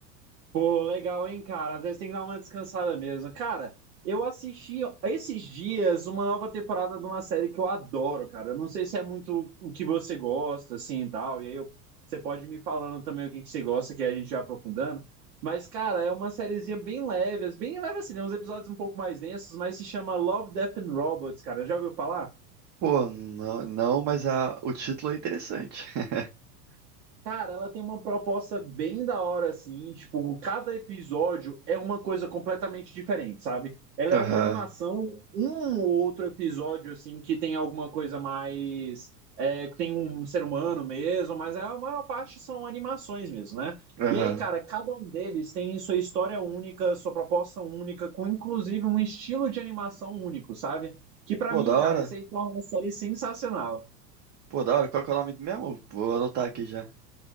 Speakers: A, on the right; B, on the right.
A: Pô, legal, hein, cara? Às vezes tem que dar uma descansada mesmo. Cara, eu assisti esses dias uma nova temporada de uma série que eu adoro, cara. Eu não sei se é muito o que você gosta, assim, e tal. E aí eu- você pode ir me falando também o que que você gosta, que aí a gente vai aprofundando. Mas, cara, é uma sériezinha bem leve, bem leve assim, tem uns episódios um pouco mais densos, mas se chama Love, Death and Robots, cara. Já ouviu falar?
B: Pô, não, não, mas a, o título é interessante. <laughs>
A: Cara, ela tem uma proposta bem da hora, assim, tipo, cada episódio é uma coisa completamente diferente, sabe? Ela é
B: Aham,
A: uma animação, um ou outro episódio, assim, que tem alguma coisa mais, é, que tem um ser humano mesmo, mas a maior parte são animações mesmo, né?
B: aham.
A: E aí, cara, cada um deles tem sua história única, sua proposta única, com inclusive um estilo de animação único, sabe? Que pra
B: Pô,
A: mim,
B: da
A: cara,
B: hora.
A: isso aí torna uma série sensacional.
B: Pô, da hora. Qual que é o nome mesmo? Vou anotar aqui já.